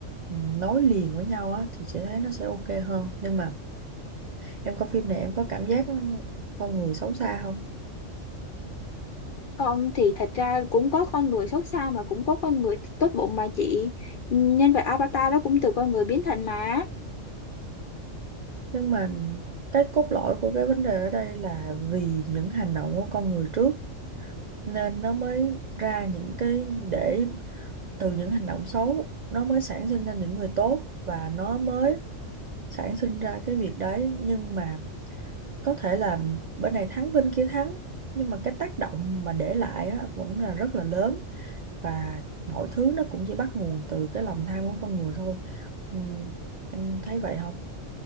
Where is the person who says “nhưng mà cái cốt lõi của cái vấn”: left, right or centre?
Right